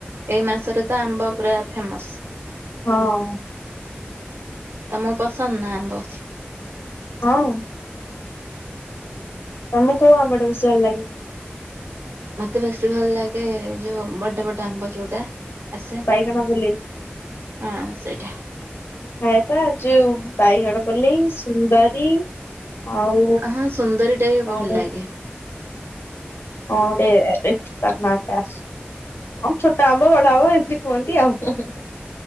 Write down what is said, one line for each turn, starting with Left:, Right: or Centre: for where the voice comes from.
Right: ଏଇ ମାସରେ ତ ଆମ୍ବ ପୁରା ଫେମସ୍।
Left: ହଁ।
Right: ତମ ପସନ୍ଦ୍ ନା ଆମ୍ବ?
Left: ହଁ। ତମକୁ କୋଉ ଆମ୍ବଟା ବେସି ଭଲଲାଗେ?
Right: ମତେ ବେସି ଭଲଲାଗେ ଯୋଉ ବଡବଡ ଆମ୍ବ ଯୋଉଟା। ଆସେ
Left: ବାଇଗଣପଲେଇ
Right: ହଁ ସେଇଟା।
Left: ଖାଏତ ଯୋଉ ବାଇଗଣପଲେଇ ସୁନ୍ଦରୀ ଆଉ
Right: ହଁ ସୁନ୍ଦରୀଟା ବି
Left: କଣ
Right: ଭଲଲାଗେ।
Left: ହଁ ଗୋଟେ ଏ ତା ନାଁ ଟା। ହଁ ଛୋଟ ଆମ୍ବ ବଡ ଆମ୍ବ ଏମିତି କୁହନ୍ତି ଆଉ ହୁଁ ହୁଁ ହୁଁ।